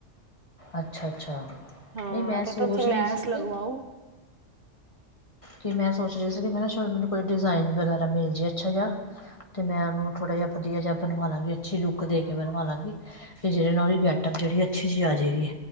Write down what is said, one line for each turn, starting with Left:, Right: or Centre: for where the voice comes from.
Left: ਅੱਛਾ, ਅੱਛਾ।
Right: ਹਾਂ
Left: ਨਹੀਂ ਮੈਂ
Right: ਤੇ
Left: ਸੋਚ
Right: ਤੁਸੀਂ ਲੈਸ
Left: ਰਹੀ ਸੀ
Right: ਲਗਵਾਓ
Left: ਕਿ ਕਿ ਮੈਂ ਸੋਚ ਰਹੀ ਸੀ ਕਿ ਮੈਂ ਨਾ ਸ਼ ਮੈਨੂੰ ਕੋਈ ਡਿਜ਼ਾਇਨ ਵਗੈਰਾ ਮਿਲ ਜਵੇ ਅੱਛਾ ਜਿਹਾ ਅਤੇ ਮੈਂ ਉਹਨੂੰ ਥੋੜਾ ਜਿਹਾ ਵਧੀਆ ਜਿਹਾ ਬਣਵਾ ਲਵਾਂਗੀ ਅੱਛੀ ਲੁੱਕ ਦੇ ਕੇ ਬਵਾ ਲਵਾਂ ਵੀ ਜਿਹੜੇ ਨਾਲੀ ਗੈਟਅਪ ਜਿਹੜੀ ਅੱਛੀ ਜਿਹੀ ਆ ਜਾਵੇਗੀ।